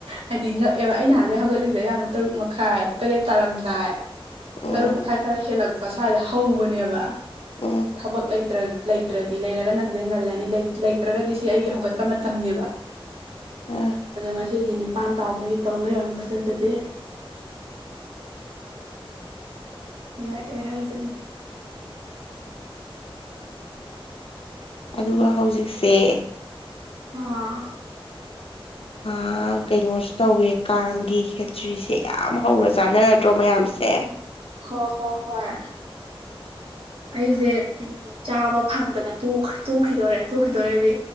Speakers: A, on the right; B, on the left.
A: ꯍꯥꯏꯗꯤ ꯉꯛꯑꯦꯕ ꯑꯩ ꯅꯍꯥꯟꯒꯩ ꯍꯧꯒꯠꯂꯤꯁꯦ ꯑꯌꯥꯝꯕ ꯇꯔꯨꯛ ꯃꯈꯥꯏ ꯇꯔꯦꯠ ꯇꯥꯔꯝꯦ ꯑꯗꯨꯏ
B: ꯎꯝ
A: ꯇꯔꯨꯛ ꯃꯈꯥꯏ ꯈꯔ ꯍꯦꯜꯂꯛꯄ ꯁ꯭ꯋꯥꯏꯗ ꯍꯧꯕꯅꯦꯕ
B: ꯎꯝ
A: ꯊꯕꯛꯇ꯭ꯔ ꯂꯩꯇ꯭ꯔꯗꯤ ꯂꯩꯔꯒꯅ ꯑꯗꯨꯗꯩ ꯉꯜꯂꯅꯤ ꯂꯩꯇ꯭ꯔꯒꯗꯤ ꯁꯤ ꯑꯩꯒꯤ ꯍꯧꯒꯠꯄ ꯃꯇꯝꯅꯤꯅꯦꯕ ꯑꯣꯉ
B: ꯑ
A: ꯀꯦꯒꯤ ꯅꯤꯄꯥꯥꯟ ꯇꯥꯗꯒꯤ ꯇꯧ ꯂꯩꯔꯝꯕꯗꯨꯗꯤ ꯑꯦꯍ ꯆ
B: ꯑꯗꯨꯒ ꯍꯧꯖꯤꯛꯁꯦ
A: ꯑꯥ
B: ꯑ ꯀꯩꯅꯣꯁꯨ ꯇꯧꯋꯦ ꯀꯥꯡꯒꯤ ꯈꯦꯆ꯭ꯔꯤꯁꯦ ꯌꯥꯝ ꯍꯧꯔ ꯆꯥꯟꯅꯔꯗ꯭ꯔꯣ ꯃꯌꯥꯝꯁꯦ
A: ꯍ ꯍꯣ ꯍꯣꯏ ꯑꯩꯁꯦ ꯎ ꯆꯥꯕ ꯐꯪꯗꯅ ꯇꯣꯛꯈꯤꯗꯣꯔꯦ ꯇꯣꯛꯈꯤꯗꯣꯔꯦꯗꯤ